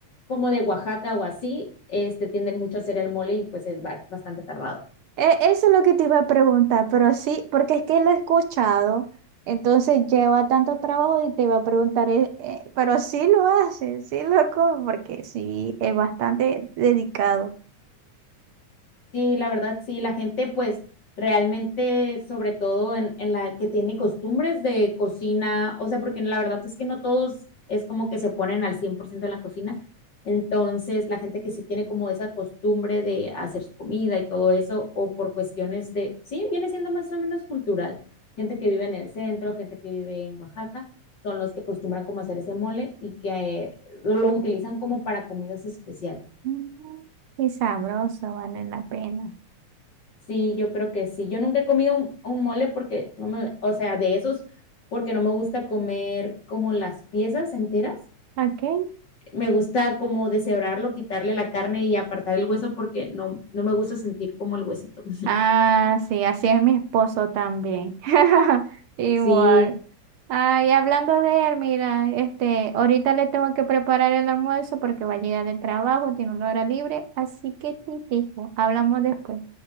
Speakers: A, on the left; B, on the right.
A: como, de Oaxaca o así, este tienden mucho a hacer el mole y pues es ba- bastante tardado.
B: e- eso es lo que te iba a preguntar, pero sí, porque es que lo he escuchado, entonces lleva tanto trabajo y te iba a preguntar, eh, eh, pero sí lo haces, sí lo como, porque sí, es bastante dedicado.
A: Sí, la verdad, sí, la gente pues realmente, sobre todo en, en la que tiene costumbres de cocina, o sea, porque la verdad es que no todos es como que se ponen al 100% en la cocina, entonces la gente que sí tiene como esa costumbre de hacer su comida y todo eso, o por cuestiones de, sí, viene siendo más o menos cultural, gente que vive en el centro, gente que vive en Oaxaca, son los que acostumbran como hacer ese mole y que eh, lo lo utilizan como para comidas especiales.
B: Mm, Y sabroso, vale la pena.
A: Sí, yo creo que sí. Yo nunca he comido un, un mole porque no me, o sea, de esos, porque no me gusta comer como las piezas enteras.
B: Okay.
A: Me gusta como deshebrarlo, quitarle la carne y apartar el hueso porque no, no me gusta sentir como el huesito. <laughs>
B: Ah, sí, así es mi esposo también. <laughs> Igual.
A: Sí,
B: Ay, hablando de él, mira, este, ahorita le tengo que preparar el almuerzo porque va a llegar del trabajo, tiene una hora libre, así que te dejo. Hablamos después.